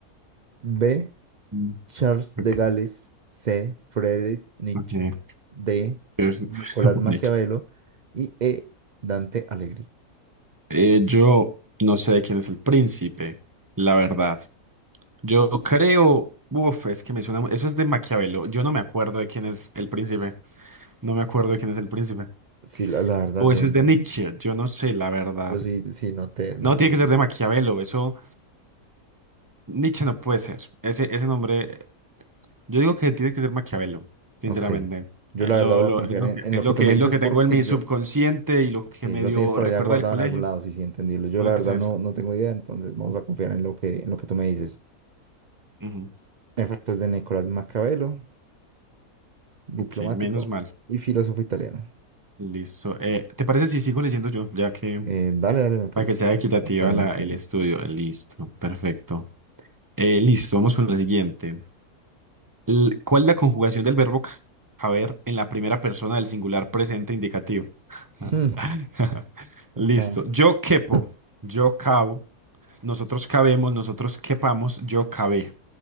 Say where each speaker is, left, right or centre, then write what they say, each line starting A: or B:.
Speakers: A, on the right (about 60°); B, on the right (about 15°).
A: B.
B: Mm,
A: Charles
B: Ok,
A: de Gales. C. Friedrich Nietzsche.
B: ok.
A: D.
B: Es- <laughs>
A: Nicolás Maquiavelo.
B: Nietzsche.
A: Y E. Dante Alighieri.
B: Eh, yo no sé de quién es el príncipe, la verdad. Yo creo, uf, es que me suena, mu- eso es de Maquiavelo. Yo no me acuerdo de quién es el príncipe. No me acuerdo de quién es el príncipe.
A: Sí, la, la verdad,
B: O
A: yo,
B: eso
A: yo
B: es de Nietzsche.
A: no sé.
B: Yo no sé, la verdad.
A: Yo sí, sí, no te, no
B: No,
A: te
B: tiene
A: digo.
B: que ser de Maquiavelo. Eso, Nietzsche no puede ser. Ese, ese nombre. Yo digo que tiene que ser Maquiavelo, sinceramente.
A: Ok. Yo
B: Eh,
A: la
B: Lo,
A: verdad voy
B: lo-
A: a confiar
B: es lo
A: en,
B: que,
A: en
B: es
A: lo
B: lo
A: que
B: que,
A: tú me dices
B: lo que
A: porque
B: tengo en mi
A: yo
B: subconsciente y lo que
A: Sí,
B: medio
A: lo tienes por
B: recuerdo
A: allá guardado
B: del colegio.
A: en algún lado, sí, sí, entendido Yo
B: Puede
A: la verdad
B: ser.
A: no, no tengo idea, entonces vamos a confiar en lo que, en lo que tú me dices.
B: Ujú.
A: Efectos de Nicolás Maquiavelo, diplomático
B: Ok, menos mal.
A: y filósofo italiano.
B: Listo. Eh, ¿te parece si sigo leyendo yo? Ya que,
A: Eh, dale, dale, me parece.
B: para que sea equitativa
A: Está bien,
B: la,
A: está
B: el
A: bien.
B: estudio. Listo, perfecto. Eh, listo, vamos con la siguiente. L- ¿Cuál es la conjugación del verbo ca- caber en la primera persona del singular presente indicativo? Ah.
A: Hmm,
B: <laughs>
A: esa
B: Listo.
A: está.
B: Yo quepo,
A: <laughs>
B: yo cabo. Nosotros cabemos, nosotros quepamos, yo cabé.